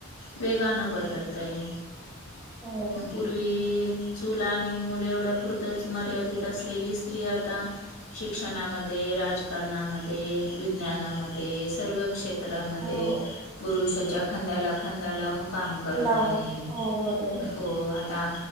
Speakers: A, on the left (about 80°); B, on the right (about 15°).
A: वेगानं बदलतय
B: हो
A: पूर्वी चूल आणि मूल एवढ्या पुुरतंच मर्यादित असलेली स्त्री आता शिक्षणामध्ये, राजकारणामध्ये, विज्ञानामध्ये सर्व क्षेत्र त्रा मध्ये
B: हो
A: पुरुषाच्या खांद्याला खांदा लावून काम करत
B: लावून
A: आहे,
B: हो बरोबर
A: हो आता